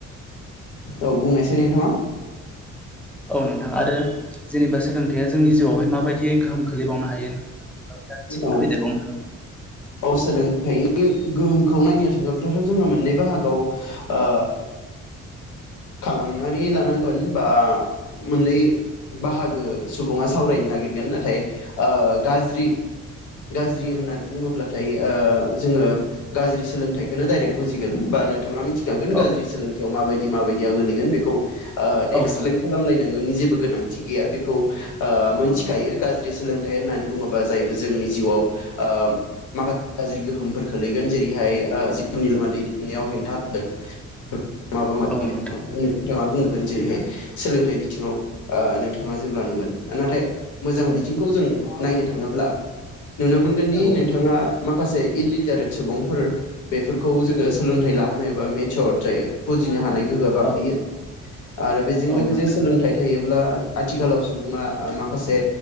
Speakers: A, on the left (about 90°); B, in the centre.
A: औ बुंनायसाय नोंथाङा
B: औ नोंथा आरो जेनेबा सोलोंथाइया जोंनि जिउआवहाय माबायदि गोहोम खोख लैबावनो हायो नोंथां एसे फोरमायदेरबावनो
A: औ
B: हागोन
A: औ सोलोंथाइनि गोहोमखौ नायनो थाङोब्लाथ' जोङो मोननै बाहागआव ओ
B: <inaudible>
A: खालामनानै लानांगोन बा मोननै बाहागो सुबुङा सावरायनो नागिरगोन नाथाय ओ गाज्रि गाज्रि होनना बुङोब्लाथाय ओ जोङो गाज्रि सोलोंथाइखौनो दडाइरेक्ट बुजिगोन बा नोंथाङा मि थिखागोन
B: औ
A: गाज्रि सोलोंथायाव माबायदि माबायदि आ गोग्लैगोन बेखौ
B: औ
A: एक्सप्लेन खालामलायनांगोनि जेबो गोनांथि गैया बेखौ आ मोनथिखायो गाज्रि सोलोंथाइ होननानै बुङोबा जायबो जोंनि जिउआव ओ माखासे गाज्रि गोहोम खोलैगोन जेरैहाय ओ जिउनि लामा दैदेननायाव हेंथा <unintelligible> माबा माबि नोंथांङा
B: नोंथां
A: <unintelligible> जेरैहाय सोलोंथाइ बिथिङाव ओ नोंथाङा जेब्ला नुगोन नाथाय मोजां
B: औ
A: बिथिंखौ जों नायनो थाङोब्ला नुनो मोनगोनदि
B: नोंथां औ
A: नों थाङा माखासे इललिटारेट सुबुंफोर बेफोरखौ जोङो सोलोंथाइ लाहोनो हायोबा मेचर्ड जायो। बुजिनो हानाय गोहो बांहोयो
B: औ
A: आरो बेजों
B: औ
A: लोगोसे
B: नोंथां
A: सोलोंथाइ थायो ब्ला आथिखालाव सुबुङा माखासे